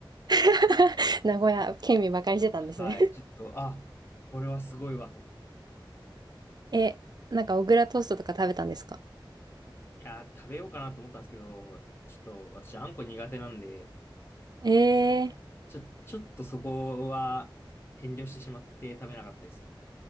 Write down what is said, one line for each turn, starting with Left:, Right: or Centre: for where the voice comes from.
Right: <laughs> 名古屋県民ばかりしてたんですね
Left: はい、ちょっと、あ、これはすごいわと。
Right: <laughs> え、なんか小倉トーストとか食べたんですか
Left: いやー、食べようかなと思ったんですけど、ちょっと、私、あんこ苦手なんで、
Right: ええ
Left: ちょ、ちょっとそこは遠慮してしまって食べなかったですね。